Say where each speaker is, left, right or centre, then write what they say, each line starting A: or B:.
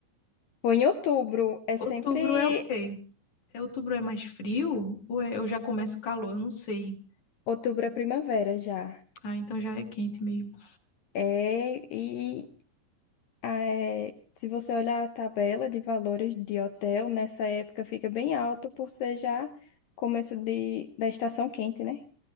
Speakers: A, on the left; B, on the left.
A: Foi em outubro. É
B: Outubro
A: sempre.
B: é o quê? É, outubro é mais frio? Ou é, eu já começo o calor? Eu não sei.
A: Outubro é primavera já.
B: Ah, então já é quente mesmo.
A: É. E É, se você olhar a tabela de valores de hotel, nessa época fica bem alto por ser já começo de, da estação quente, né?